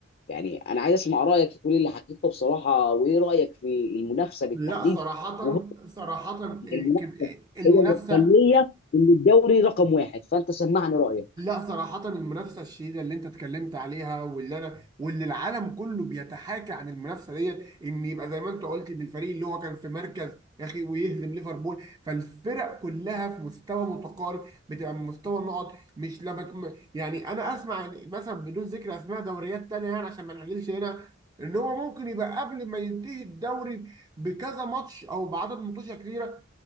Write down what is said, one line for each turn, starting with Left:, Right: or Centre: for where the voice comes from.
Left: يعني انا عايز اسمع رايك في كل اللي حكيته بصراحه وايه رايك في المنافسه بالتحديد
Right: لا صراحه
Left: وهو
Right: صراحه إيه،
Left: المنافسه
Right: كم- إيه، المنافسه
Left: هي اللي مخليه ان الدوري رقم واحد فانت سمعني رايك
Right: لا صراحة المنافسة الشديدة اللي انت اتكلمت عليها واللي انا واللي العالم كله بيتحاكى عن المنافسة ديت ان يبقى زي ما انت قلت ان الفريق اللي هو كان في مركز يا اخي ويهزم ليفربول فالفرق كلها في مستوى متقارب بتبقى من مستوى النقط مش لما تم- يعني انا اسمع إن- مثلا بدون ذكر اسماء دوريات تانية يعني عشان ما نحللش هنا ان هو ممكن يبقى قبل ما ينتهي الدوري بكذا ماتش او بعدد ماتشات كتيرة